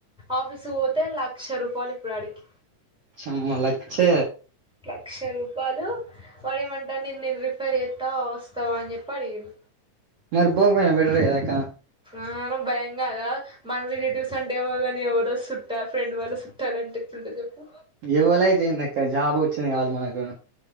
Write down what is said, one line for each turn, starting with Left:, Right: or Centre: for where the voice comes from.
Centre: ఆఫీసుకు పోతే లక్ష రూపాలిప్పుడు ఆడికి
Right: చంమ్మ లక్ చే
Centre: లక్ష రూపాలు వాడేమంటామ్డు నిన్ నెన్ రిఫర్ జెత్తా వస్తావ అని చెప్పి అడిగిన్
Right: మరి పోకపోయినవ్ బెటరే కదా అక్క
Centre: ఆ నక్ భయం గాదా మన రిలేటివ్స్ అంటే ఏమో గనీ ఎవడో సుట్టాల్ ఫ్రెండ్ వాళ్ళు సుట్టాలంటే ఎట్లుంటది జెప్పు
Right: ఎవ్వలైతేందక్క జాబ్ వచ్చింది గావాలి మనకు